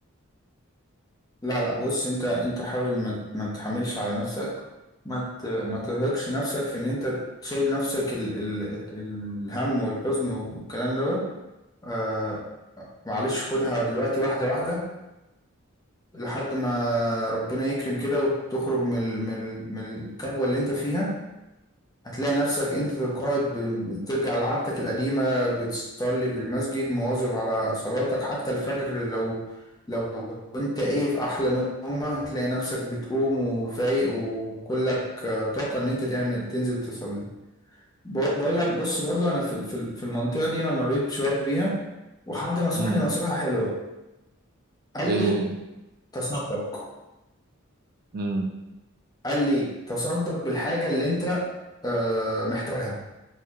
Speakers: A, on the left; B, on the right.
A: لا لا بص انت انت حاول ما ت- ما تحملش على نفسك ما ت- ما ترهقش نفسك في ان انت تشيل نفسك ال ال ال- الهم والحزن والكلام دوت آه معلش خدها دلوقتي واحدة واحدة لحد ما ربنا يكرم كده وتخرج من ال- من ال- من الكبوة اللي انت فيها هتلاقي نفسك انت تلقائي ب- بترجع لعادتك القديمة بتصلي في المسجد مواظب على صلاتك حتى الفجر لو لو انت ايه في احلى نومة هتلاقي نفسك بتقوم وفايق وكلك آه، طاقة ان انت تعمل تنزل تصلي ب- بقول لك بص برضو انا في في في المنطقة دي انا مريت شوية بيها وحد نصحني
B: امم
A: نصيحة حلوة قال
B: ايه
A: لي تصدق
B: امم
A: قال لي تصدق بالحاجة اللي انت آه، محتاجها